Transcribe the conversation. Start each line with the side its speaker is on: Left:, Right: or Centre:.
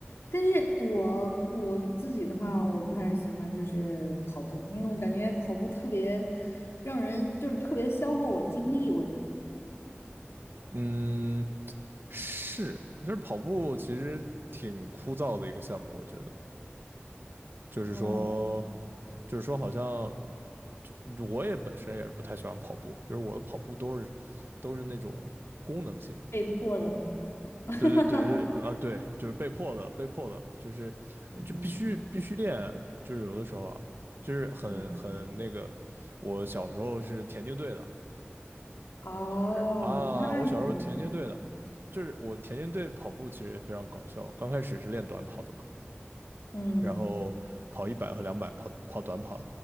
Left: 但是我我自己的话，我不太喜欢就是跑步，因为我感觉跑步特别让人就是特别消耗我精力，我觉得，
Right: 嗯，是，就是跑步其实挺枯燥的一个项目，我觉得。就是说，
Left: 哦，
Right: 就是说，好像就我也本身也是不太喜欢跑步，就是我的跑步都是都是那种功能性的。
Left: 被迫的，<laughs>
Right: 对对对对啊，对，就是被迫的，被迫的，就是
Left: 嗯
Right: 就必须必须练，就是有的时候啊，就是很很那个，
Left: 嗯，
Right: 我小时候是田径队的
Left: 哦，
Right: 啊而啊，
Left: 那你这个
Right: 我小时候田径队的，就是我田径队跑步其实也非常搞笑，刚开始是练短跑的嘛。
Left: 嗯
Right: 然后跑一百和两百，跑跑短跑，